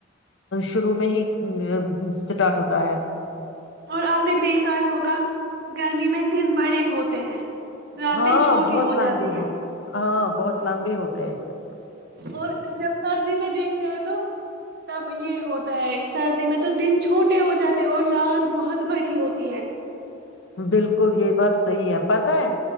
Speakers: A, on the left; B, on the right.
A: شروع میں ہی اسٹارٹ ہوتا ہے
B: اور آپ نے دیکھا یہ ہوگا گرمی میں دن بڑے ہوتے ہیں راتیں
A: ہاں
B: چھوٹی
A: بہت
B: ہو
A: لمبی
B: جاتی ہے
A: ہوت ہاں بہت لمبے ہوتے ہیں ادھر
B: اور جب سردی میں دیکھتے ہیں تو تو تب یہ ہوتا ہے سردی میں تو دن چھوٹے ہو جاتے اور رات بہت بڑی ہوتی ہے
A: بالکل یہ بات صحیح ہے پت ہے